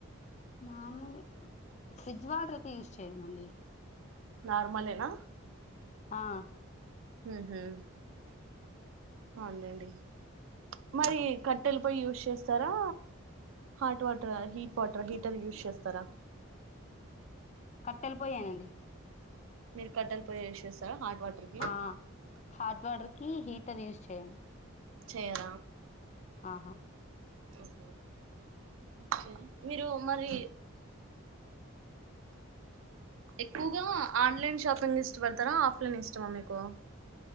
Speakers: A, on the left; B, on the right.
A: మామూ ఫ్రిడ్జ్ వాటర్ అయితే యూస్ చేయమండి
B: నార్మలేనా
A: ఆ
B: ఉహు అవునులేండి మరి కట్టెలు పోయి యూస్ చేస్తారా hot water heat water heater use చేస్తారా
A: కట్టెల పోయేనండి
B: మీరు కట్టెల పోయే యూస్ చేస్తారా హాట్ వాటర్ కి
A: ఆ హాట్ వాటర్ కి హీటర్ యూస్ చేయం
B: చేయర
A: ఆహా
B: ఓహో కే మీరు మరి
A: <inaudible>
B: ఎక్కువగా ఆన్లైన్ షాపింగ్ ఇష్టపడతారా ఆఫ్లైన్ ఇష్టమా మీకు